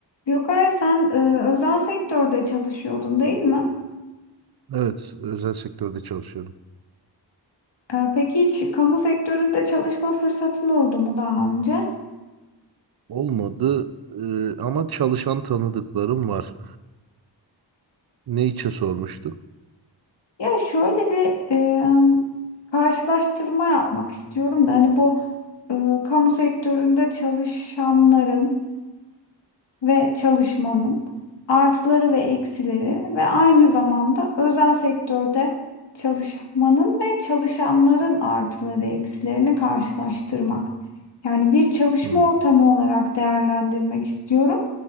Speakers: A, on the left; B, on the right.
A: Gökay sen e, özel sektörde çalışıyordun değil mi?
B: Evet, özel sektörde çalışıyorum.
A: E, peki hiç kamu sektöründe çalışma fırsatın oldu mu daha önce?
B: Olmadı e, ama çalışan tanıdıklarım var. Ne için sormuştun?
A: Ya şöyle bir e, karşılaştırma yapmak istiyorum da hani bu e, kamu sektöründe çalışanların ve çalışmanın artıları ve eksileri ve aynı zamanda özel sektörde çalışmanın ve çalışanların artıları eksilerini karşılaştırmak. Yani bir çalışma
B: Hmm.
A: ortamı olarak değerlendirmek istiyorum.